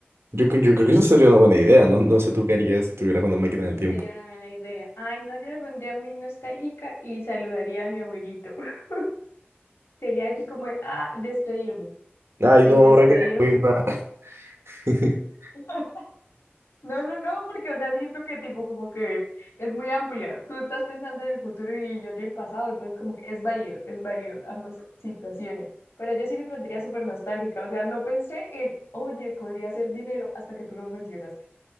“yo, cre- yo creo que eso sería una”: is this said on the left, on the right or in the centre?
Right